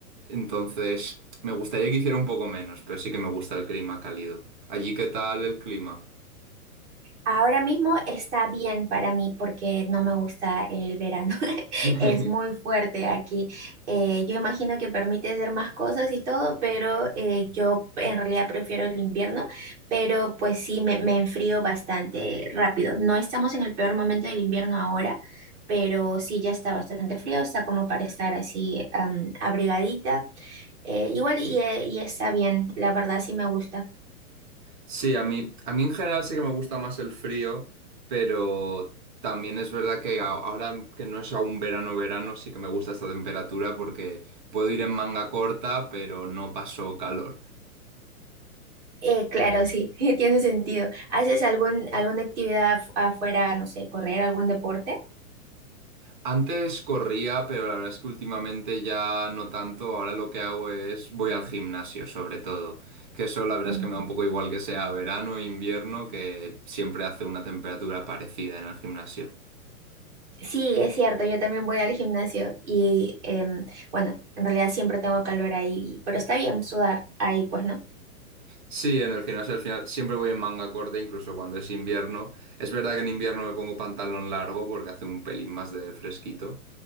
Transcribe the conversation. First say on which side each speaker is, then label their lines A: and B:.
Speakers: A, on the right (about 35°); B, on the right (about 50°).
A: entonces me gustaría que hiciera un poco menos, pero sí que me gusta el clima cálido. ¿Allí qué tal el clima?
B: Ahora mismo está bien para mí porque no me gusta el verano. <laughs>
A: <laughs>
B: Es muy fuerte aquí. Eh, yo imagino que permite hacer más cosas y todo, pero eh, yo en realidad prefiero el invierno, pero pues sí, me, me enfrío bastante rápido. No estamos en el peor momento del invierno ahora, pero sí, ya está bastante frío, está como para estar así am, abrigadita. Eh, igual y, eh, y está bien, la verdad sí me gusta.
A: Sí, a mí, a mí en general sí que me gusta más el frío, pero también es verdad que a- ahora que no es aún verano, verano, sí que me gusta esta temperatura porque puedo ir en manga corta, pero no paso calor.
B: Eh, claro, sí, <laughs> tiene sentido. ¿Haces algún, alguna actividad af- afuera, no sé, correr algún deporte?
A: Antes corría, pero la verdad es que últimamente ya no tanto. Ahora lo que hago es voy al gimnasio, sobre todo. Que eso la verdad
B: Mm,
A: es que me da un poco igual que sea verano o invierno, que siempre hace una temperatura parecida en el gimnasio.
B: Sí, es cierto, yo también voy al gimnasio y em, bueno, en realidad siempre tengo calor ahí, pero está bien sudar ahí, pues, ¿no?
A: Sí, en el gimnasio al final siempre voy en manga corta, incluso cuando es invierno. Es verdad que en invierno me pongo pantalón largo porque hace un pelín más de fresquito,